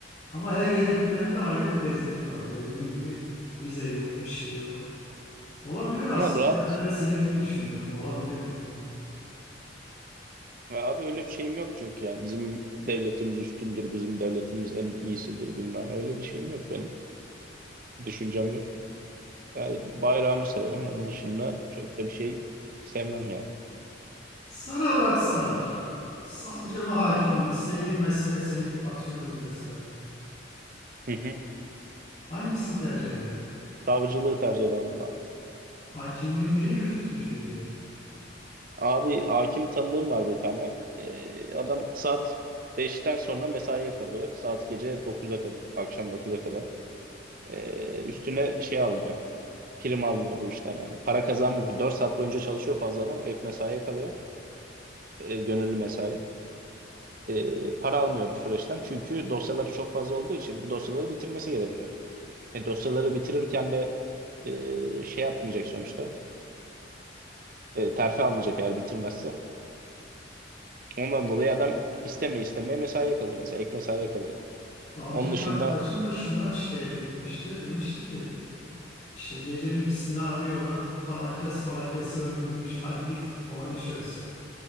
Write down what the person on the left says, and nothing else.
Ama her yere gitmenin de ayrı bir lezzeti var. Dediğin gibi vize yok, bir şey yok. Olabilir aslında
ya. Ben de senin gibi düşünüyorum. Olabilir yani.
Sana bıraksalar, savcı mı hakim mi, istediğin mesleğe seni atıyoruz deseler.
Hangisini tercih eder
Hakimliğin neyi ürkütücü geliyor?
Savcı
bir arkadaşım da şundan şikayet etmişti. Demişti ki işte gecenin ikisinde arıyorlar falan kes falan kesi öldürmüş. Hadi git olayı çöz.